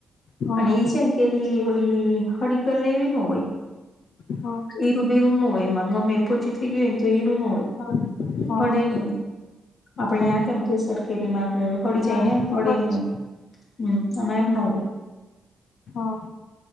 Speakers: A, on the left; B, on the left.
A: હા
B: અને એ છે ને કેરી ઓલી હળગર લેવી ન હોય.
A: હમ.
B: હીરું બીરું ન હોય એમાં ગમે એ પોચી થઈ ગય હોને તો હીરું ન હોય
A: હા હા
B: ખડે નહિ. આપડે
A: હા
B: આયા કેવ છે સરખેરીમાં આપડે હોળી
A: હા
B: જાય ને
A: એ તો
B: હોળે
A: ખરી
B: નઈ.
A: છે
B: હમ આમાં એમ ન હોય.
A: હા.